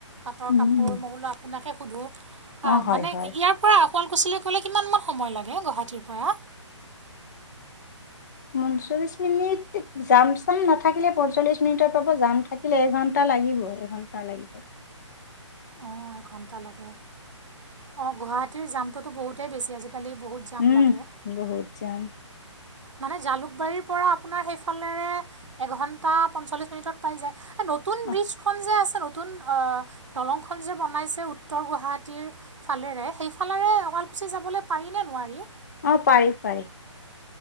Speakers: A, on the right; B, on the left.
A: পাটৰ
B: উম
A: কাপোৰ, মই বোলো আপোনাকে সুধো।
B: অ হয়
A: মানে ইয়াৰ
B: হয়
A: পৰা শুৱালকুছিলৈ গ'লে কিমানমান সময় লাগে, গুৱাহাটীৰ পৰা।
B: পঞ্চল্লিশ মিনিট, যাম চাম নাথাকিলে পঞ্চল্লিশ মিনিটত পাব, যাম থাকিলে এঘণ্টা। লাগিবই, এঘন্টা লাগি যায়।
A: অ' এঘন্টা লাগে। অ' গুৱাহাটীৰ জামটোতো বহুতেই বেছি আজিকালি। বহুত জাম
B: উম,
A: লাগে
B: বহুত যাম।
A: মানে জালুকবাৰীৰপৰা আপোনাৰ সেইফালেৰে এঘন্টা পঞ্চল্লিশ মিনিটত পাই যায়। সেই নতুন
B: অ
A: ব্ৰিজখন যে আছে। নতুন অ' দলংখন যে বনাইছে উত্তৰ গুৱাহাটীৰ, ফালেৰে সেইফালেৰে শুৱালকুছি যাবলৈ পাৰি নে নোৱাৰি?
B: অ' পাৰি পাৰি।